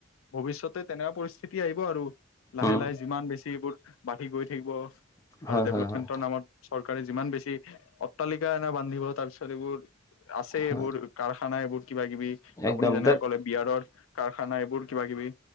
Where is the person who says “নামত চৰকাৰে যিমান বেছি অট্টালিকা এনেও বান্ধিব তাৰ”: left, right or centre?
Left